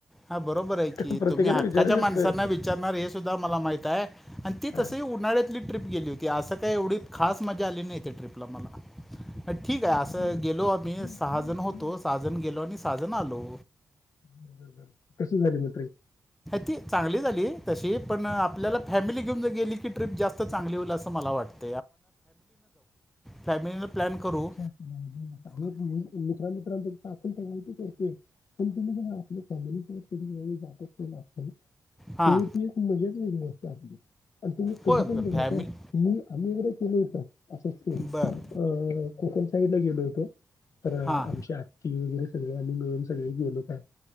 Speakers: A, in the centre; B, on the left.
A: हा बरोबर आहे
B: कारण
A: की
B: प्रत्येकाला
A: तुम्ही हक्काच्या
B: विचारू शकतोय
A: माणसांना विचारणार हे सुद्धा मला माहित आहे. आणि ती
B: हा,
A: तस ही उन्हाळ्यातली ट्रिप गेली होती. असं काही एवढी खास मजा आली नाही. त्या ट्रिप ठीक आहे,
B: हा
A: अस
B: बघा,
A: गेलो आम्ही
B: आपण नाही
A: सहा जण
B: आपण
A: होतो सहाजण गेलो आणि आजुन आलो.
B: बर, बर, बर कशी झाली म ट्रीप
A: ती चांगली झाली तशी पण आपल्याला फॅमिली <unintelligible> गेली की ट्रीप जास्त चांगली होईल असं मला वाटतं. फॅमिलीनं प्लॅन करू
B: च अस मित्रां मित्रां पाून <unintelligible> <unintelligible> <unintelligible> कोण तु ज आपली फॅम जात. <unintelligible>
A: हां
B: त्या ती एक मजाद व ववस्था आपली आणि तुम्ही कधी
A: होय
B: पण बघायचय.
A: फॅमिली
B: मी <unintelligible> <unintelligible> केल होता असंच ते अ
A: बरं
B: कोकण साईडला गेलो होतो तर
A: हां
B: आमची आत्ती वगैरे <unintelligible> आणि मिळून सगळे गेलो काय